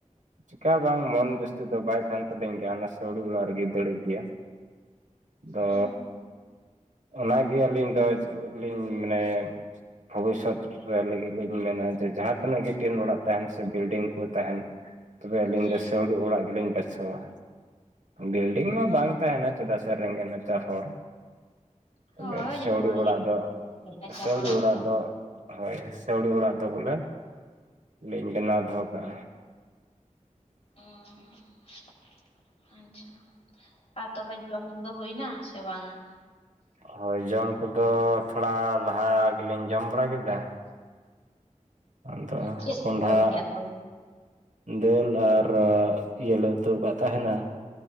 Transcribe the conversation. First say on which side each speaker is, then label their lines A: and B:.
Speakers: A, on the right; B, on the left.
A: ᱪᱮᱠᱟ ᱦᱚᱸ ᱵᱟᱝ ᱢᱚᱱ ᱵᱮᱥ ᱛᱮᱫᱚ ᱵᱟᱭ ᱛᱟᱦᱮᱸᱱ ᱛᱟᱞᱤᱧ ᱜᱮᱭᱟ ᱚᱱᱟ ᱥᱟᱹᱣᱲᱤ ᱚᱲᱟᱜ ᱨᱮᱜᱮ ᱫᱟᱹᱲ ᱤᱫᱭᱟ ᱟᱫᱚ
B: ᱚ
A: ᱚᱱᱟᱜ ᱟᱹᱞᱤᱧ ᱫᱚ ᱞᱤᱧ ᱢᱟᱱᱮ ᱵᱷᱚᱵᱤᱥᱚᱛ ᱨᱮ ᱞᱟᱹᱜᱤᱫ ᱞᱤᱧ ᱢᱮᱱᱟ ᱡᱮ ᱡᱟᱦᱟᱸ ᱛᱤᱱᱟᱹᱜ ᱜᱮ ᱴᱤᱱ ᱚᱲᱟᱜ ᱛᱟᱦᱮᱸᱱ ᱥᱮ ᱵᱤᱞᱰᱤᱝ ᱠᱚ ᱛᱟᱦᱮᱱ ᱛᱚᱵᱮ ᱟᱹᱞᱤᱧ
B: ᱦᱮᱸ
A: ᱫᱚ ᱥᱟᱹᱣᱲᱤ ᱚᱲᱟᱜ ᱜᱮᱞᱤᱧ ᱵᱟᱪᱷᱟᱣ-ᱟ᱾ ᱵᱤᱞᱰᱤᱝ ᱢᱟ ᱵᱟᱝ ᱛᱟᱦᱮᱸᱱᱟ ᱪᱮᱫᱟᱜ ᱥᱮ ᱨᱮᱜᱮᱸᱡᱽ ᱱᱟᱪᱟᱨ ᱦᱚᱲ᱾ ᱛᱚᱵᱮ
B: ᱦᱳᱭ
A: ᱥᱟᱹᱣᱲᱤ
B: ᱡᱚᱛᱚ ᱦᱚᱲ
A: ᱚᱲᱟᱜ
B: ᱜᱮ ᱚᱱᱠᱟ
A: ᱫᱚ
B: ᱜᱮ ᱨᱮᱸᱜᱮᱡ ᱱᱟᱪᱟᱨ
A: ᱥᱟᱹᱣᱲᱤ
B: ᱦᱚᱲ ᱜᱮᱛᱚ
A: ᱚᱲᱟᱜ ᱫᱚ ᱦᱳᱭ ᱥᱟᱹᱣᱲᱤ ᱚᱲᱟᱜ ᱫᱚ ᱵᱚᱞᱮ ᱞᱤᱧ ᱵᱮᱱᱟᱣ ᱫᱚᱦᱚ ᱠᱟᱜᱼᱟ
B: <unintelligible> ᱟᱪᱟ ᱟᱨ ᱛᱚᱵᱮ ᱡᱚᱢ ᱠᱚᱫᱚ ᱦᱩᱭ ᱮᱱᱟ ᱥᱮ ᱵᱟᱝᱼᱟ
A: ᱦᱳᱭ ᱡᱚᱢ ᱠᱚᱫᱚ ᱛᱷᱚᱲᱟ ᱞᱟᱦᱟ ᱜᱮᱞᱤᱧ ᱡᱚᱢ ᱵᱟᱲᱟ ᱠᱮᱫᱟ ᱟᱫᱚ
B: ᱪᱮᱜ
A: ᱠᱚᱸᱰᱷᱟ
B: ᱵᱤᱱ ᱡᱚᱢ ᱠᱮᱜᱼᱟ ᱛᱟ
A: ᱫᱟᱹᱞ ᱟᱨ ᱞᱮ ᱤᱭᱟᱹ ᱞᱮ ᱩᱛᱩ ᱠᱟᱜ ᱛᱟᱦᱮᱱᱟ